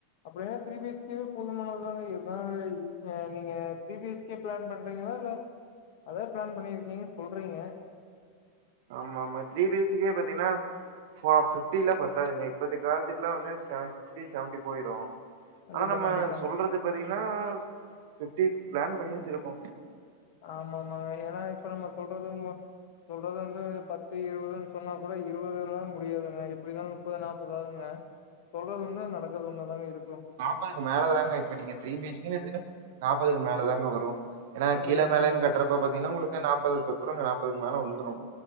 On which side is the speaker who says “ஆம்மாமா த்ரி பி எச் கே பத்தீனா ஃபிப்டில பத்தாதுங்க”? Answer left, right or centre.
Right